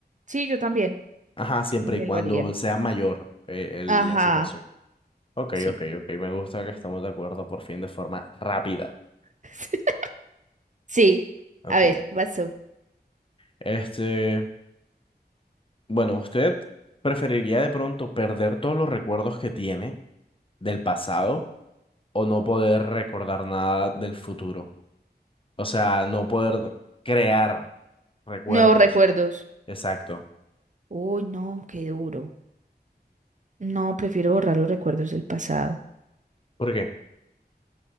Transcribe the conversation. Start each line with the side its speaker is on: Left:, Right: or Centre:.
Right: Sí, yo también.
Left: Ajá, siempre
Right: Yo también
Left: y cuando
Right: lo haría.
Left: sea mayor eh, el-
Right: Ajá.
Left: la situación. Ok,
Right: Sí.
Left: ok, ok. Me gusta que estamos de acuerdo por fin de forma rápida.
Right: <laughs> Sí.
Left: Ok.
Right: A ver, vas tú.
Left: Este, bueno, ¿usted preferiría de pronto perder todos los recuerdos que tiene del pasado o no poder recordar nada del futuro? O sea, no poder crear recuerdos.
Right: Nuevos recuerdos.
Left: Exacto.
Right: Uy, no, qué duro. No, prefiero borrar los recuerdos del pasado.
Left: ¿Por qué?